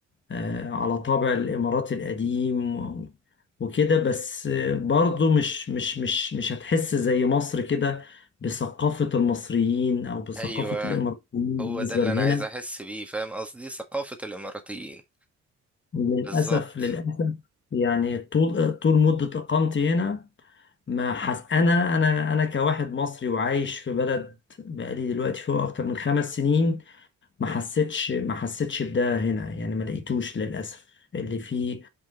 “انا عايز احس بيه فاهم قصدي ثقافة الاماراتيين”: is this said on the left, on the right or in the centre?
Centre